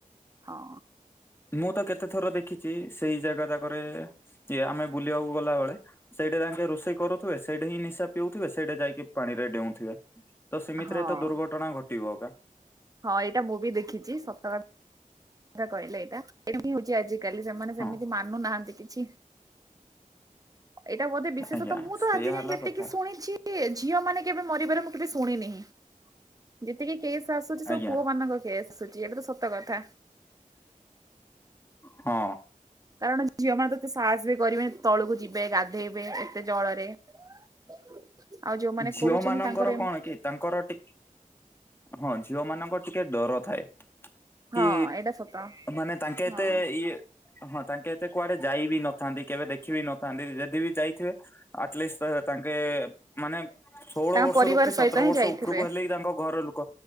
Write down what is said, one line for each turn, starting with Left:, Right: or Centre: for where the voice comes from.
Right: ହଁ।
Left: ମୁଁ ତ କେତେ ଥର ଦେଖିଛି ସେଇ ଜାଗା ଯାକରେ ଇଏ ଆମେ ବୁଲିବାକୁ ଗଲାବେଳେ। ସେଇଠେ ତାଙ୍କେ ରୋଷେଇ କରୁଥିବେ ସେଇଠି ହିଁ ନିଶା ପିଉଥିବେ ସେଇଠେ ଯାଇକି ପାଣିରେ ଡେଉଁଥିବେ। ତ ସେମିତିରେ
Right: ହଁ
Left: ତ ଦୁର୍ଘଟଣା ଘଟିବ ଅକା।
Right: ହଁ ଏଇଟା ମୁଁ ବି ଦେଖିଛି ସତକଥା। ସତକହିଲେ ଏଇଟା ଏଇଠି ବି ହଉଛି ଆଜି କାଲି ସେମାନେ ସେମିତି
Left: ହଁ
Right: ମାନୁନାହାନ୍ତି କିଛି। ଏଇଟା ବୋଧେ ବିଶେଷତ
Left: ଆଜ୍ଞା
Right: ମୁଁ
Left: ସେଇଆ
Right: ତ ଆଜିଯାଏ
Left: ହେଲା
Right: ଯେତିକି
Left: କଥା
Right: ଶୁଣିଛି। କି ଏ ଝିଅ ମାନେ କେବେ ମରିବାର ମୁଁ କେବେ ଶୁଣିନି ହିଁ। ଯେତିକି କେସ୍ ଆସୁଛି ସବୁ
Left: ଆଜ୍ଞା
Right: ପୁଅ ମାନଙ୍କ କେସ୍ ଆସୁଛି ଏଇଟା ତ ସତ କଥା।
Left: ହଁ।
Right: କାରଣ ଝିଅ ମାନେ ତ ଏତେ ସାହସ ବି କରିବେନି ତଳକୁ ଯିବେ ଗାଧେଇବେ ଏ ଏତେ ଜଳରେ ଆଉ ଯୋଉମାନେ
Left: ଝିଅ
Right: କରୁଛନ୍ତି
Left: ମାନଙ୍କର
Right: ତାଙ୍କର
Left: କଣ
Right: ଏମ
Left: କି ତାଙ୍କର ଟି ହଁ ଝିଅ ମାନଙ୍କର ଟିକେ ଡର ଥାଏ।
Right: ହଁ
Left: କି
Right: ଏଇଟା ସତ
Left: ମାନେ ତାଙ୍କେ
Right: ହଁ।
Left: ଏତେ ଇଏ। ହଁ ତାଙ୍କେ ଏତେ କୁଆଡେ ଯାଇ ବିି ନଥାନ୍ତି କେବେ ଦେଖି ବିି ନଥାନ୍ତି ଯଦି ବି ଯାଇଥିବେ। ଆଟଲିଷ୍ଟ୍ ତାଙ୍କେ ମାନେ। ଷୋହଳ
Right: ତାଙ୍କ
Left: ବର୍ଷରୁ
Right: ପରିବାର
Left: କି
Right: ସହିତ
Left: ସତର
Right: ହିଁ
Left: ବର୍ଷ
Right: ଯାଇଥିବେ
Left: ଉପରକୁ ହେଲେ ହି ତାଙ୍କ ଘର ଲୋକ